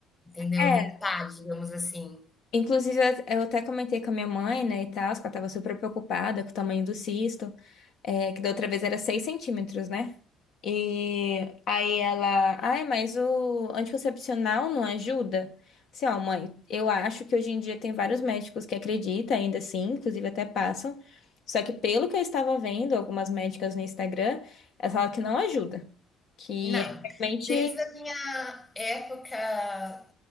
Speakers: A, on the left (about 15°); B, on the left (about 60°).
A: entendeu?
B: É,
A: Limpar, digamos assim.
B: inclusive eu eu até comentei com a minha mãe, né, e tal, que ela tava super preocupada com o tamanho do cisto, é, que da outra vez era 6 centímetros, né? E aí ela, ai, mas o anticoncepcional não ajuda? Assim, ó, mãe, eu acho que hoje em dia tem vários médicos que acreditam ainda assim, inclusive até passam. Só que pelo que eu estava vendo, algumas médicas no Instagram, elas falam que não ajuda. Que
A: Não,
B: é realmente.
A: desde a minha época